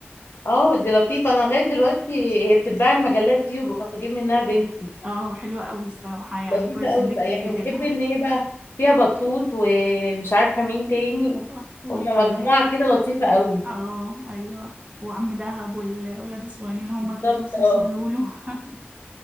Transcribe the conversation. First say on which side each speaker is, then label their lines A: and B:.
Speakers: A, on the left; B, on the right.
A: اه دي لطيفة انا لغاية دلوقتي هي بتتباع المجلات دي وبجيب منها البنفسي
B: اه حلوة قوي الصراحة يعني
A: لطيفة
B: كويس
A: قوي
B: انك
A: بقى
B: بتجيب
A: يعني بحب
B: لها
A: ان هي بقى فيها بطوط ومش عارفة مين تاني
B: وطوط
A: هما
B: و
A: مجموعة كده لطيفة قوي
B: اه ايوه وعم دهب والولاد الصغيرين اللي هم
A: بالظبط
B: توتو وسوسو
A: اه
B: ولولو <laughs>